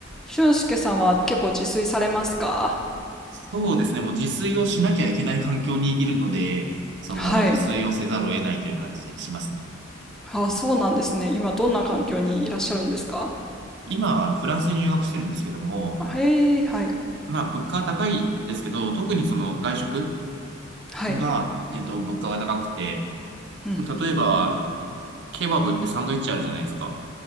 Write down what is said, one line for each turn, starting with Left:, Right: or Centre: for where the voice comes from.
Centre: 俊介さんは結構自炊されますか
Right: そうですね。もう自炊をしなきゃいけない環境にいるので、その自炊をせざるを得ないという感じでしますね。
Centre: はい。あ、そうなんですね。今どんな環境にいらっしゃるんですか
Right: 今、あの、フランスに留学してるんですけども、
Centre: あへえ、はい。
Right: まあ、物価は高いですけど、特にその外食
Centre: はい。
Right: が、えっと、物価が高くて、
Centre: うんうん。
Right: 例えば、ケバブってサンドイッチあるじゃないですか。